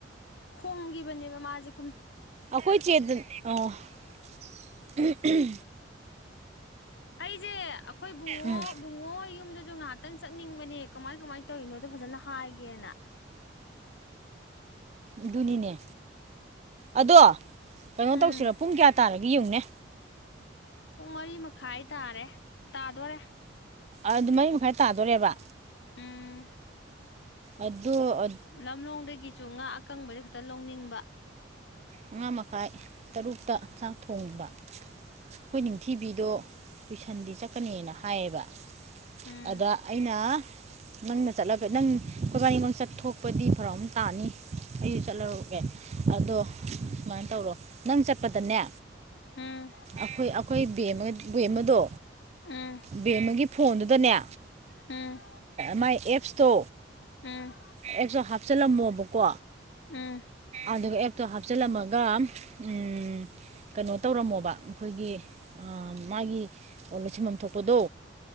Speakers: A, on the left (about 65°); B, on the right (about 35°).
A: ꯈꯨꯡꯈꯤꯕꯅꯦꯕ ꯃꯥꯖ‌‌ꯦ꯫
B: ꯑꯩꯈꯣꯏ ꯆꯦꯗ ꯑꯣ ꯎꯝ ꯎꯝ꯫
A: ꯑꯩꯖ‌ꯦ ꯑꯈꯣꯏ ꯕꯨꯡꯉꯣ꯫
B: ꯎꯝ
A: ꯕꯨꯡꯉꯣ ꯍ‌ꯣꯏ ꯌꯨꯝꯗꯖꯨ ꯉꯥꯍꯥꯛꯇꯪ ꯆꯠꯅꯤꯡꯕꯅꯦ ꯀꯃꯥꯏ ꯀꯃꯥꯏꯅ ꯇꯧꯔꯤꯅꯣꯗꯣ ꯐꯖꯅ ꯍꯥꯏꯒꯦꯅ꯫
B: ꯑꯗꯨꯅꯤꯅꯦ ꯑꯗꯣ ꯀꯩꯅꯣ
A: ꯎꯝ
B: ꯇꯧꯁꯤꯔꯣ ꯄꯨꯡ ꯀꯌꯥ ꯇꯥꯔꯒꯦ ꯌꯦꯡꯉꯨꯅꯦ꯫
A: ꯄꯨꯡ ꯃꯔꯤ ꯃꯈꯥꯏ ꯇꯥꯔꯦ ꯇꯥꯗꯣꯔꯦ꯫
B: ꯑꯗꯨ ꯃꯔꯤ ꯃꯈꯥꯏ ꯇꯥꯗꯣꯔꯦꯕ꯫
A: ꯎꯝ꯫
B: ꯑꯗꯨ ꯑ
A: ꯂꯝꯂꯣꯡꯗꯒꯤꯁꯨ ꯉꯥ ꯑꯀꯪꯕ ꯈꯤꯇ ꯂꯧꯅꯤꯡꯕ
B: ꯃꯉꯥ ꯃꯈꯥꯏ ꯇꯔꯨꯛꯇ ꯆꯥꯛ ꯊꯣꯡꯕ꯫ ꯑꯩꯈꯣꯏ ꯅꯤꯡꯊꯤꯕꯤꯗꯣ ꯇꯨꯏꯁꯟꯗꯤ ꯆꯠꯀꯅꯦꯅ ꯍꯥꯏꯌꯦꯕ꯫
A: ꯎꯝ
B: ꯑꯗ ꯑꯩꯅ ꯅꯪꯅ ꯆꯠꯂꯒ ꯅꯪ ꯈ‌ꯣꯏꯕꯥꯅꯤꯃꯛ ꯆꯠꯊ‌ꯣꯛ ꯄꯗꯤ ꯐꯔꯛ ꯑꯃ ꯇꯥꯅꯤ ꯑꯩꯖꯨ ꯆꯠꯂꯔ‌ꯣꯏꯒꯦ꯫ ꯑꯗꯣ ꯁꯨꯃꯥꯏꯅ ꯇꯧꯔꯣ ꯅꯪ ꯆꯠꯄꯗꯅꯦ꯫
A: ꯎꯝ
B: ꯑꯩꯈꯣꯏ ꯑꯩꯈꯣꯏ ꯕꯦꯝꯃ ꯕꯦꯝꯃꯗꯣ
A: ꯎꯝ
B: ꯕꯦꯝꯃꯒꯤ ꯐꯣꯟꯗꯨꯗꯅꯦ꯫
A: ꯎꯝ꯫
B: ꯃꯥꯏ ꯑꯦꯞꯁꯇꯣ
A: ꯎꯝ
B: ꯑꯦꯞꯁꯇꯣ ꯍꯥꯞꯆꯜꯂꯝꯃꯣꯕꯀꯣ꯫
A: ꯎꯝ꯫
B: ꯑꯗꯨꯒ ꯑꯦꯞꯇꯣ ꯍꯥꯞꯆꯤꯜꯂꯝꯃꯒ ꯎꯝ꯫ ꯀꯩꯅꯣ ꯇꯧꯔꯝꯃꯣꯕ ꯑꯈꯣꯏꯒꯤ ꯑ ꯃꯥꯒꯤ꯫ ꯑꯣ ꯂ‌ꯣꯏꯁꯟꯕꯝ ꯊꯣꯛꯄꯗꯣ꯫